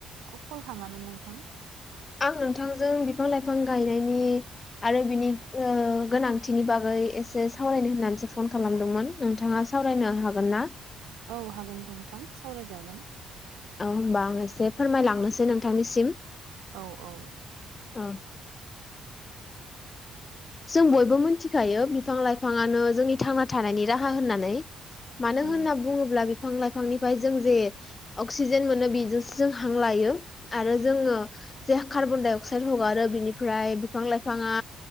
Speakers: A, on the right; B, on the left.
A: कल खालामामोन नोंथां।
B: आं नोंथांजों बिफां लाइफां गायनायनि आरो बिनि ओ गोनांथिनि बागै एसे सावरायनो होननानैसो फन खालामदोंमोन नोंथाङा सावरायनो हागोन ना।
A: औ हागोन नोंथां सावरायजागोन।
B: औ होनबा आं एसे फोरमायलांनोसै नोंथांनिसिम।
A: औ औ।
B: औ जों बयबो मोनथिखायो बिफां लाइफाङानो जोंनि थांना थानायनि राहा होननानै मानो
A: औ
B: होनना बुङोब्ला बिफां लाइफांनिफ्राय जों जे अक्सिजेन मोनो बेजोंसो जों हां लायो आरो जोङो जे कार्बन दडाइ अक्साइद हगारो बिनिफ्राय बिफां लाइफाङा